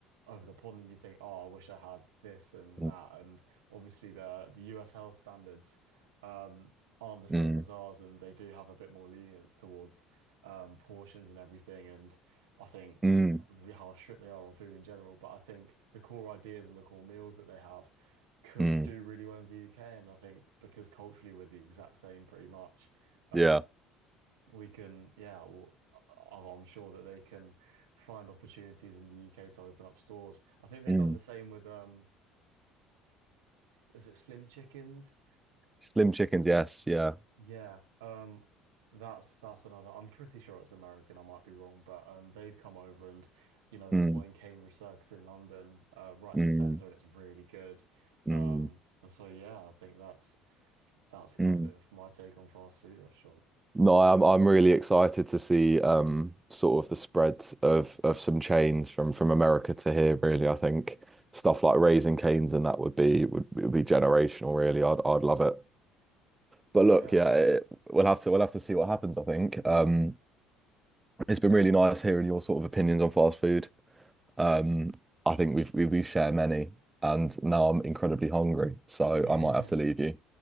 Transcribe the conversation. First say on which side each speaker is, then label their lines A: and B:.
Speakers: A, on the right (about 85°); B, on the right (about 15°).
A: over the pond and you think, oh, I wish I had this and
B: Mm,
A: that. And obviously the the US health standards um, aren't the same
B: mm,
A: as ours, and they do have a bit more lenience towards um, portions and everything. And I think
B: mm,
A: we- how strict they are on food in general, but I think the core ideas and the core meals that they have could
B: mm,
A: do really well in the UK. And I think because culturally we're the exact same pretty much. um,
B: yeah.
A: we can, yeah, w- I- I'm sure that they can find opportunities in the UK to open up stores. I think they've
B: Mm.
A: done the same with um, is it Slim Chickens?
B: Slim chickens, yes, yeah.
A: Yeah, um, that's that's another. I'm pretty sure it's American. I might be wrong, but um, they've come over and, you know, there's
B: Mm.
A: one in Cambridge Circus in London, uh, right in
B: Mm,
A: the centre, and it's really good.
B: mm,
A: Um, and so yeah, I think that's that's kind
B: mm.
A: of my take on fast food restaurants.
B: No, I'm I'm really excited to see um sort of the spread of of some chains from from America to here, really. I think stuff like Raising Cane's and that would be would, would be generational, really. I'd I'd love it. But
A: Yeah.
B: look, yeah, it, we'll have to we'll have to see what happens, I think. Um it's been really nice hearing your sort of opinions on fast food. Um I think we've we, we share many and now I'm incredibly hungry, so
A: <laughs>
B: I might have to leave you.